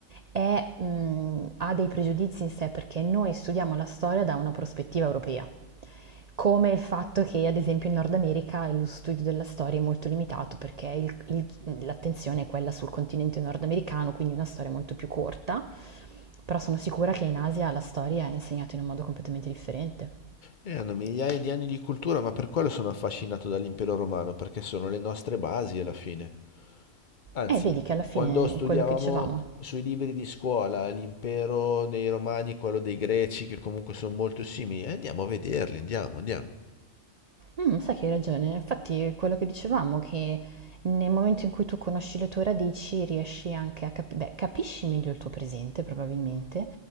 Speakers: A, on the right; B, on the left.
A: è, mh, ha dei pregiudizi in sé perché noi studiamo la storia da una prospettiva europea, come il fatto che ad esempio in Nord America lo studio della storia è molto limitato perché il- il- l'attenzione è quella sul continente nordamericano, quindi una storia molto più corta, però sono sicura che in Asia la storia è insegnata in un modo completamente differente.
B: E hanno migliaia di anni di cultura, ma per quello sono affascinato dall'impero romano, perché sono le nostre basi alla fine. Anzi,
A: Eh, vedi che alla fine
B: quando studiavamo
A: è quello che dicevamo.
B: sui libri di scuola l'impero dei Romani, quello dei Greci, che comunque sono molto simili, eh, andiamo a vederli, andiamo, andiamo.
A: Mm, sai che hai ragione, infatti è quello che dicevamo, che nel momento in cui tu conosci le tue radici riesci anche a capire, beh, capisci meglio il tuo presente probabilmente,